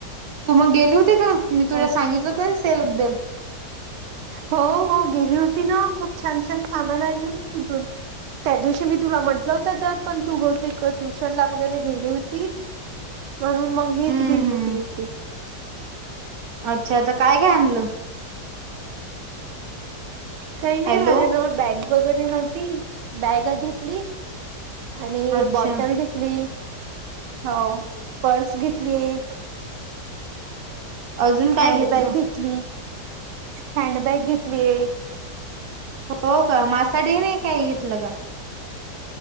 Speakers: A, on the right; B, on the right.
A: तू मग गेली होते का मी तुला
B: हा.
A: सांगितलं होतस. <unintelligible>
B: हो हो गेली होती ना खूप छान छान सामान आणले मी तिथून. त्या दिवशी मी तुला म्हटलं होत जा पण तू ग होते कर ट्युशन ला वगैरे गेली होती.
A: <inaudible>
B: म्हणून मग मीच
A: हम्म
B: गेली
A: हम्म
B: होती एकटी.
A: अच्छा काय काय आणलं?
B: काही नाही
A: हॅलो
B: माझ्याजवळ बॅग वगैरे नव्हती बॅग घेतली आणि
A: अच्छा
B: बॉटल घेतली. हो, पर्स घेतली एक.
A: अजून
B: एक
A: काय
B: हँडबॅग
A: घेतलं
B: घेतली. हॅडबॅग घेतली एक.
A: हो का माझ्यासाठी नाही काय घेतलं ग?